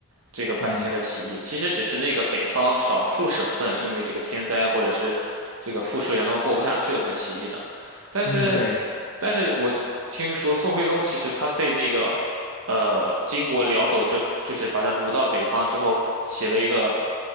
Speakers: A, on the right; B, on the left.
A: 这个百姓的起义。
B: 嗯
A: 其实只是那个北方少数省份因为这个天灾或者是这个赋税让他们过不下去了才起义的，但是。
B: 嗯，对，
A: 但是我听说宋徽宗其实他被那个呃金国辽走之，就是把他掳到北方之后，写了一个